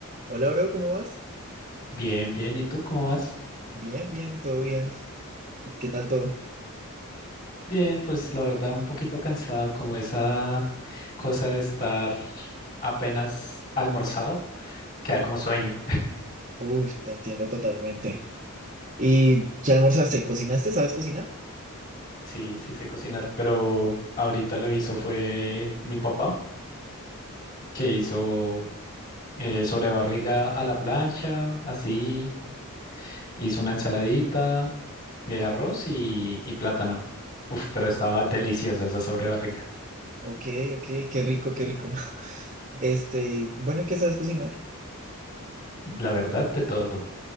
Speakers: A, on the right; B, on the left.
A: Hola, bro, ¿cómo vas?
B: Bien, bien. ¿Y tú cómo vas?
A: Bien, bien, todo bien. ¿Qué tal todo?
B: Bien, pues la verdad un poquito cansado, como esa cosa de estar apenas almorzado, queda como sueño.
A: Uf, te entiendo totalmente. ¿Y qué almorzaste? ¿Cocinaste? ¿Sabes cocinar?
B: Sí, sí sé cocinar, pero ahorita lo hizo fue mi papá, que hizo eh, sobrebarriga a la plancha, así, hizo una ensaladita, eh, arroz y, y plátano. Uf, pero estaba deliciosa esa sobrebarriga.
A: Ok, ok, qué rico, qué rico. <laughs> Este, bueno, ¿y ¿qué sabes cocinar?
B: La verdad, de todo.